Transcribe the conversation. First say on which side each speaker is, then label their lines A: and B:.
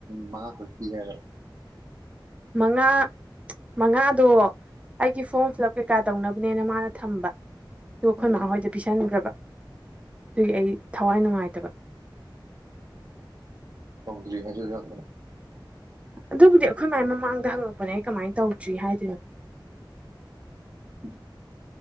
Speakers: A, on the right; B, on the right.
A: ꯃꯉꯥ ꯇꯔꯨꯛ ꯄꯤ ꯍꯥꯏꯔꯣ
B: ꯃꯉꯥ ꯃꯉꯥꯗꯣ ꯑꯩꯒꯤ ꯐꯣꯝ ꯐꯤꯜꯞ ꯀꯩꯀꯥ ꯇꯧꯅꯕ ꯑꯗꯨꯅꯦꯅ ꯃꯥꯅ ꯊꯝꯕ ꯑꯗꯨꯒ ꯑꯩꯈꯣꯏ
A: ꯎꯝ
B: ꯃꯥꯥꯍꯣꯏꯗ ꯄꯤꯁꯟꯈ꯭ꯔꯕ ꯑꯗꯨꯒꯤ ꯑꯩ ꯊꯋꯥꯏ ꯅꯨꯡꯉꯥꯏꯇꯕ
A: ꯍꯧꯗ꯭ꯔꯤ ꯍꯥꯏ ꯌꯥ
B: ꯑꯗꯨꯕꯨꯗꯤ ꯑꯩꯈꯣꯏ ꯃꯥꯏ ꯃꯃꯥꯡꯗ ꯍꯪꯉꯛꯄꯅꯦ ꯑꯩ ꯀꯃꯥꯏꯅ ꯇꯧꯗ꯭ꯔꯤ ꯍꯥꯏꯗꯣꯏꯅꯣ
A: ꯎ